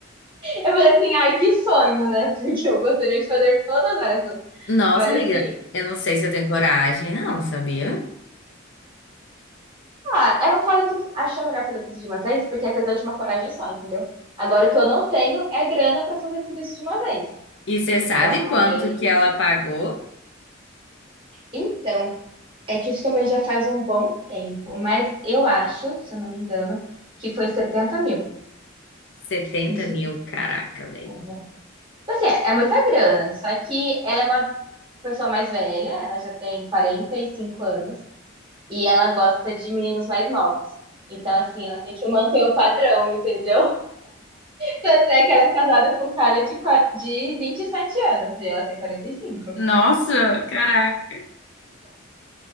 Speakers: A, on the right; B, on the left.
A: Eu falei assim, ai, que sonho, né? <laughs> Porque eu gostaria de fazer todas essas.
B: Nossa,
A: Mas
B: amiga,
A: assim.
B: eu não sei se eu tenho coragem, não, sabia?
A: Ah, ela fala que achou melhor fazer tudo de uma vez, porque é apesar de uma coragem só, entendeu? Agora, o que eu não tenho é grana pra fazer tudo isso de uma vez.
B: E você
A: Então,
B: sabe quanto
A: é...
B: que ela pagou?
A: Então, é que isso também já faz um bom tempo, mas eu acho, se eu não me engano, que foi setenta mil
B: Setenta
A: nisso
B: mil,
A: tudo.
B: caraca, velho.
A: Uhum. Assim, é é muita grana, só que ela é uma pessoa mais velha, ela já tem 45 anos, e ela gosta de meninos mais novos. Então, assim, ela tem que manter o padrão, entendeu? Tanto é que ela é casada com um cara de, qua- de 27 anos e ela tem quarenta e cinco
B: Nossa, caraca.